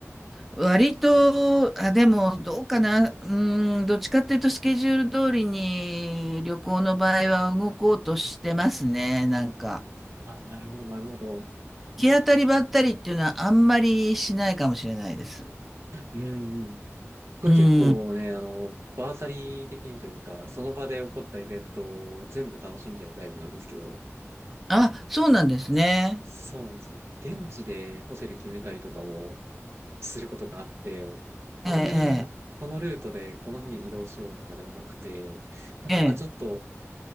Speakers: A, in the centre; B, on the right.
A: 割と、あ、でも、どうかな。うん、どっちかっていうと、スケジュール通りに旅行の場合は動こうとしてますね、なんか。
B: ああ、なるほど、なるほど。
A: 行き当たりばったりっていうのはあんまりしないかもしれないです。
B: うんうん。これ結構ね、
A: うん。
B: あの、場当たり的にというか、その場で起こったイベントを全部楽しんじゃうタイプなんですけど、
A: あ、そうなんですね。
B: そうなんですね。現地でホテル決めたりとかも、することがあって、あんまりこのルートでこの日に移動しようとかではなくて、
A: ええ、
B: まあなんかちょっと
A: ええ、